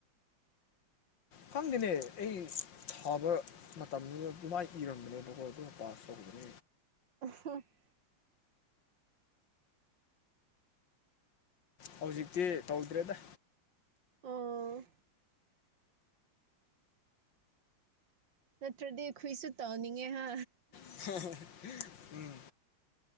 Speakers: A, on the left; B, on the right.
A: ꯈꯪꯗꯦꯅꯦ ꯑꯩ ꯊꯥꯕ ꯃꯇꯝꯗꯨꯗ ꯑꯗꯨꯃꯥꯏꯅ ꯏꯔꯝꯕꯅꯦ ꯕꯀꯣ ꯑꯗꯨꯝ ꯄꯥꯁ ꯇꯧꯕꯅꯦ
B: <unintelligible>
A: ꯍꯧꯖꯤꯛꯇꯤ ꯇꯧꯗ꯭ꯔꯦꯗ
B: ꯑꯣ ꯅꯠꯇ꯭ꯔꯗꯤ ꯑꯩꯈꯣꯏꯁꯨ ꯇꯣꯅꯤꯡꯉꯦ ꯍꯥ
A: ꯎꯝ